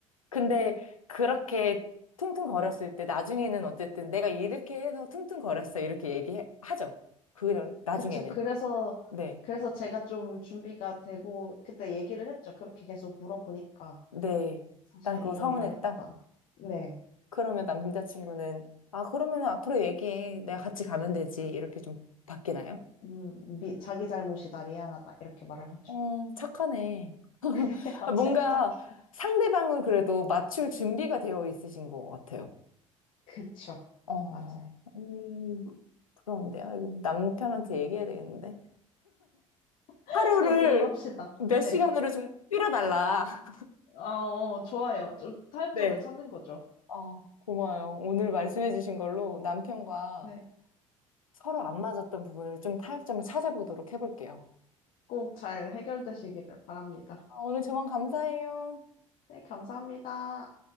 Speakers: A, on the left; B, on the left.
A: 근데 그렇게 퉁퉁거렸을 때 나중에는 어쨌든 내가 이렇게 해서 퉁퉁거렸어 이렇게 얘기하죠. 그런 나중에는
B: 그쵸. 그래서,
A: 네,
B: 그래서 제가 좀 준비가 되고 그때 얘기를 했죠. 그렇게 계속 물어보니까
A: 네,
B: 사실
A: 난 그거
B: 이러이러했다.
A: 서운했다.
B: 네.
A: 그러면 남자친구는 아 그러면 앞으로 얘기해 내가 같이 가면 되지 이렇게 좀 바뀌나요?
B: 음, 미, 자기 잘못이다, 미안하다, 이렇게 말을 하죠.
A: 어 착하네.
B: <laughs> 네, 맞아요,
A: 아, 뭔가
B: 딱히.
A: 상대방을 그래도 맞출 준비가 되어 있으신 것 같아요.
B: 그쵸,
A: 어,
B: 맞아요.
A: 음, 그런데요. 이거 남편한테 얘기해야 되겠는데.
B: <laughs>
A: 하루를
B: 얘기를 합시다.
A: 몇
B: 네.
A: 시간으로 좀 줄여달라.
B: 아, 어, 좋아요. 좀 타협점을
A: 네.
B: 찾는 거죠.
A: 어, 고마워요. 오늘 말씀해주신 걸로 남편과
B: 네.
A: 서로 안 맞았던 부분을 좀 타협점을 찾아보도록 해볼게요.
B: 꼭 잘 해결되시기를 바랍니다.
A: 아, 오늘 조언 감사해요.
B: 네, 감사합니다.